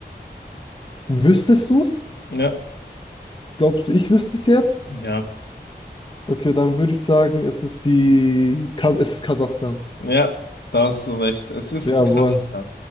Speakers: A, on the left; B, on the left.
A: wüsstest du es?
B: ja,
A: Glaubst du, ich wüsste es jetzt?
B: ja,
A: Okay, dann würde ich sagen, es ist die Kas es ist Kasachstan.
B: ja, da hast du recht. Es ist
A: Jawohl.
B: Kasachstan.